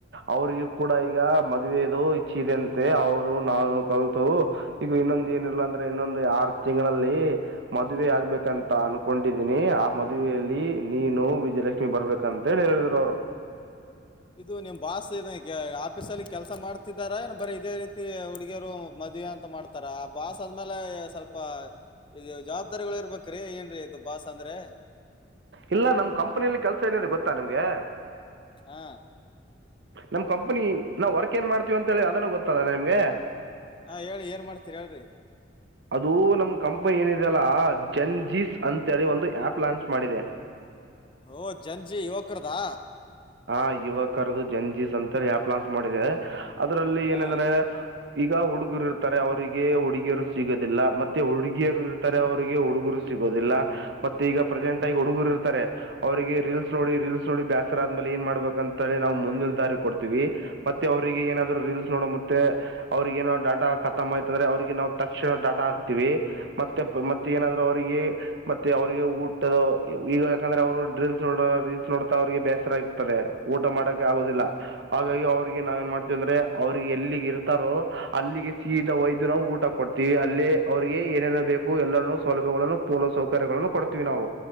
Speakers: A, on the right (about 60°); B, on the left (about 25°).
A: ಅವ್ರಗೂ ಕೂಡ ಈಗ ಮದ್ವೆದು ಇಛೆ ಇದೆ ಅಂತೆ ಅವ್ರು ನಾನು ಕಲ್ತು ಈಗ ಇನ್ನೊಂದ ಏನಿಲ್ಲ ಅಂದ್ರೆ ಇನ್ನೊಂದು ಆರು ತಿಂಗಳಲ್ಲಿ ಮದುವೆ ಆಗ್ಬೇಕಂತ ಅನ್ಕೊಂಡಿದ್ದೀನಿ ಆ ಮದುವೆಯಲ್ಲಿ ನೀನು ವಿಜಯಲಕ್ಷ್ಮಿ ಬರ್ಬೇಕಂತ ೇನ್ ಹೇಳಿದ್ರು ಅವರು
B: ಇದು ನಿಮ್ ಬಾಸ್ ಏನ್ ಈಗ ಆಫೀಸ ಅಲ್ಲಿ ಕೆಲಸ ಮಾಡ್ತಿದಾರ ಏನ್ ಬರೀ ಇದೇ ರೀತಿ ಹುಡುಗಿಯರು ಮದ್ವಿ ಅಂತ ಅಂತ ಮಾಡ್ತಾರಾ ಬಾಸ್ ಅ ಆದ್ಮೇಲೆ ಸ್ವಲ್ಪ ಇದು ಜವಾಬ್ದಾರಿಗಳು ಇರ್ಬೇಕ್ರಿ ಏನ್ರೀ ಇದು ಬಾಸ್ ಅಂದ್ರೆ
A: ಇಲ್ಲ ನಮ್ ಕಂಪನಿಯಲ್ಲಿ ಕೆಲ್ಸ ಏನಿದೆ ಗೊತ್ತಾ ನಿಮ್ಗೆ
B: ಹಾ
A: ನಮ್ ಕಂಪನಿ ನಾವು ವರ್ಕ್ ಏನ್ ಮಾಡ್ತೀವ ಅಂತ ಹೇಳಿ ಅದನ್ನು ಗೊತ್ತದ ನಿಮ್ಗೆ
B: ಹಾ ಹೇಳಿ ಏನ್ ಮಾಡ್ತೀರಿ ಹೇಳ್ರಿ
A: ಅದು ನಮ್ ಕಂಪನಿ ಏನಿದೆಲ್ಲ ಜನ್ ಜೀಸ್ ಅಂತೇಳಿ ಒಂದು ಆಪ್ ಲಾಂಚ್ ಮಾಡಿದೆ
B: ಓ ಜಂಜಿ ಯುವಕ್ರದಾ
A: ಹ ಯುವಕರದದು ಜನ್ಜೀಸ್ ಅಂತ ಹೇಳಿ ಆಪ್ ಲಾಂಚ್ ಮಾಡಿದೆ ಅದ್ರಲ್ಲಿ
B: ಹಾ
A: ಏನಂದ್ರೆ ಈಗ ಹುಡುಗರು ಇರ್ತಾರೆ ಅವರಿಗೆ ಹುಡುಗಿಯರು ಸಿಗೋದಿಲ್ಲ ಮತ್ತೆ ಹುಡುಗಿಯರು ಇರ್ತಾರೆ ಅವರಿಗೆ ಹುಡುಗರು ಸಿಗೋದಿಲ್ಲ ಮತ್ತೆ ಈಗ ಪ್ರೆಸೆಂಟ್ ಆಗಿ ಹುಡುಗರು ಇರ್ತಾರೆ ಅವರಿಗೆ ರೀಲ್ಸ್ ನೋಡಿ ರೀಲ್ಸ್ ನೋಡಿ ಬ್ಯಾಸರ ಆದ್ಮೇಲೆ ಏನ್ ಮಾಡ್ಬೇಕ ಅಂತೇಳಿ ನಾವು ಮುಂದಿನ್ ದಾರಿ ಕೊಡ್ತೀವಿ ಮತ್ತೆ ಅವರಿಗೆ ಏನಾದ್ರು ರೀಲ್ಸ್ ನೋಡ ಮತ್ತೆ ಅವ್ರಿಗ ಏನೋ ಡಾಟಾ ಖತಮ ಆಯ್ತ ಅಂದ್ರೆ ಅವ್ರಿಗೆ ನಾವ್ ತಕ್ಷಣ ಡಾಟಾ ಹಾಕ್ತಿವಿ. ಮತ್ತೆ ಮತ್ತೆ ಏನಾದ್ರು ಅವರಿಗೆ ಮತ್ತೆ ಅವ್ರಿಗೆ ಊಟದ ಈಗ ಯಾಕಂದ್ರೆ ಅವರು ಡ್ರಿಲ್ಸ್ ನೋಡ ರಿಲ್ಸ್ ನೋಡತಾ ಅವ್ರಿಗೆ ಬ್ಯಾಸ್ <unintelligible> ದೆ ಊಟ ಮಾಡಕ್ಕೆ ಆಗೋದಿಲ್ಲ ಹಾಗಾಗಿ ಅವ್ರಿಗೆ ನಾವ ಏನ್ ಮಾಡ್ತೇವಿ ಅಂದ್ರೆ ಅವ್ರಿಗೆ ಹೆಲ್ಫ್ಗೆ ಇರ್ತಾರೋ ಅಲ್ಲಿಗೆ ಸೀದ ಒಯ್ದ ನಾವು ಊಟ ಕೊಡ್ತೀವಿ ಅಲ್ಲೇ ಅವರಿಗೆ ಏನೇನ ಬೇಕು ಎಲ್ಲರನ್ನೂ ಸೌಲಭ್ಯಗಳನ್ನು ಪೂರ್ಣ ಸೌಕರ್ಯಗಳನ್ನು ಕೊಡ್ತೀವಿ ನಾವು